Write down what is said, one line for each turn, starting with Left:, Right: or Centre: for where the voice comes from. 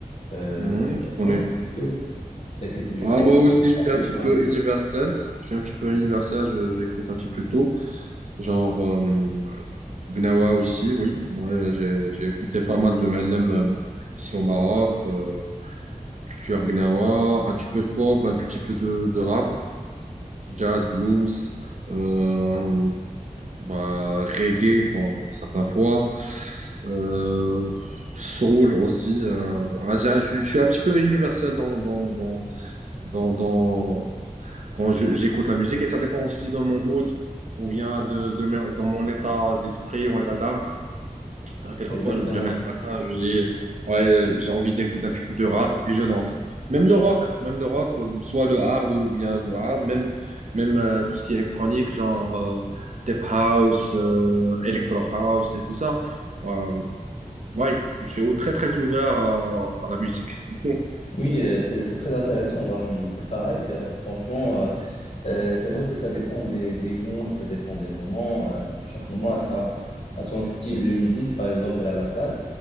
Left: Euh,
Right: Mhm, je
Left: et toi,
Right: connais.
Left: qu'est-ce que, que- je
Right: Ah,
Left: pense,
Right: moi
Left: je
Right: aussi,
Left: pense
Right: je suis
Left: que
Right: un
Left: tu
Right: petit
Left: connais.
Right: peu
Left: hein.
Right: universel. Je suis un petit peu
Left: Mm,
Right: universel, je- j'écoute un petit peu tout. Genre euh, Gnawa aussi, oui. Moi, j'ai j'ai écouté pas mal de Malem euh, ici au Maroc, euh, culture Gnawa, un petit peu de pop, un petit peu de, de rap, jazz, blues. Euh, bah, reggae quand, certaines fois, euh, soul aussi. euh, ah, j'ai- je, suis un petit peu universel dans, dans, dans, dans, dans- quand je- j'écoute la musique et ça dépend aussi de mon mood ou bien de, de mes- dans mon état d'esprit, mon état d'âme. Euh, Quelquefois,
Left: Exactement.
Right: je me réveille le matin, je dis, ouais, euh, j'ai envie d'écouter un petit peu de rap et je lance. Même le rock, même le rock, euh, soit le hard ou bien le hard, même, même euh, tout ce qui est électronique, genre euh, Deep House, euh, Electro House et tout ça. Euh, ouais, je suis au- très très ouvert à, à la musique. <laughs>
Left: Oui, euh, c'est c'est très intéressant. Ben, c'est pareil, euh, franchement, euh, euh, c'est vrai que ça dépend des, des moods, ça dépend des moments. euh, chaque moment a, sa, a son style de musique. Par exemple, à la salle,